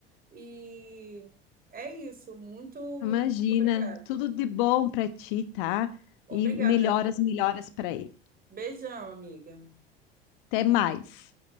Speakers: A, on the right; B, on the left.
A: E é isso. Muito
B: Imagina,
A: obrigada.
B: tudo de bom para ti, tá?
A: Obrigada.
B: E melhoras, melhoras para ele.
A: Beijão, amiga.
B: Até mais.